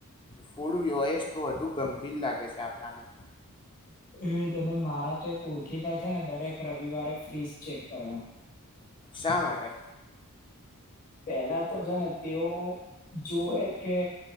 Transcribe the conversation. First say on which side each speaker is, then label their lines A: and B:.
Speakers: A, on the left; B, on the left.
A: ફૂડ વ એસ્ટ તો વધુ ગંભીર લાગે છે આપણાને.
B: એવે જનમ મારા તો એક ઓળખીતા છે ને દરેક રવિવારે ફ્રીઝ ચેક કરે.
A: શા માટે?
B: પેલા તો જે ને તેઓ જુવે કે